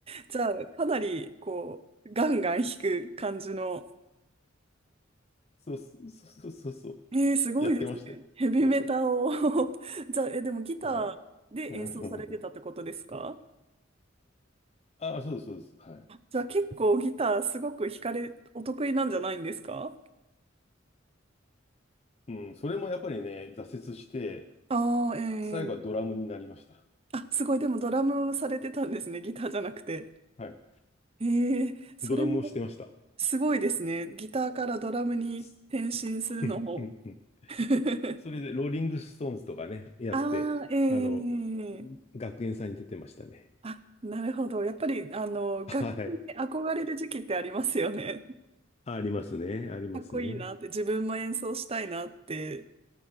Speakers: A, on the right; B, on the left.
A: じゃあ、かなり、こう、ガンガン弾く感じの。
B: そうそうそうそうそう。
A: えー、すごいですね。
B: やってましたよ、
A: ヘビーメタを
B: 当時は。
A: <laughs> じゃあ、え、でもギターで演奏されてたってことですか
B: はい。うん <laughs>。ああ、そうです、そうです。はい。
A: じゃあ、結構ギターすごく弾かれ、お得意なんじゃないんですか
B: うん、それもやっぱりね、挫折して、
A: ああー、えー。
B: 最後はドラムになりました。
A: あ、すごい。でもドラムされてたんですね。ギターじゃなくて。
B: はい。
A: ええそれも
B: ドラムをしてました。
A: すごいですね。ギターからドラムに転身するのも。
B: すうんうんうん
A: <laughs>
B: それで、ローリングストーンズとかね、やって、
A: ああ、ええ
B: あの、学園祭に出てましたね。
A: あ、なるほど。やっぱり、あの、
B: はい。
A: 楽器に憧れる時期ってありますよね。<laughs>
B: ありますね。ありますね。
A: かっこいいなって、自分も演奏したいなって。